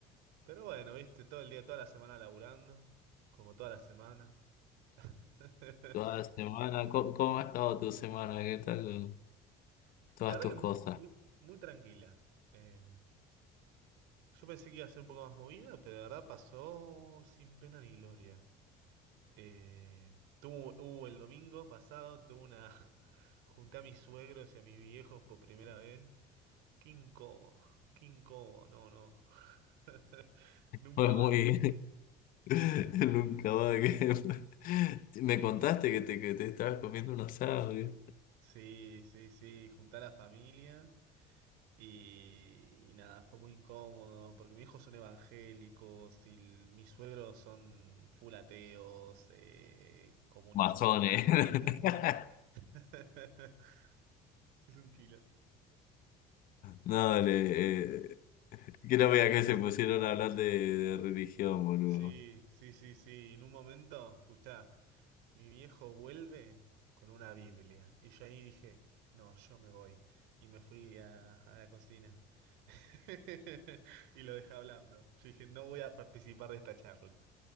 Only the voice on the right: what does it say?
Pero bueno, viste, todo el día, toda la semana laburando, como todas las semanas. <laughs>
La verdad
que
es muy, muy, muy tranquila. Eh, yo pensé que iba a ser un poco más movida, pero la verdad pasó sin pena ni gloria. Eh, tuvo, hubo el domingo pasado, tuve una... <laughs> Junté a mis suegros y a mis viejos por primera vez. Qué incómodo, qué incómodo, no, no. <laughs> Nunca
más.
Sí, sí, sí, junté a la familia y, y nada, fue muy incómodo porque mis hijos son evangélicos y l- mis suegros son full ateos, eh, comunistas,
anarquistas.
<laughs> Es un kilo.
Sí, sí, sí, sí. En un momento, escuchá. Mi viejo vuelve con una Biblia. Y yo ahí dije, no, yo me voy. Y me fui a, a la cocina. <laughs> Y lo dejé hablando. Yo dije, no voy a participar de esta charla.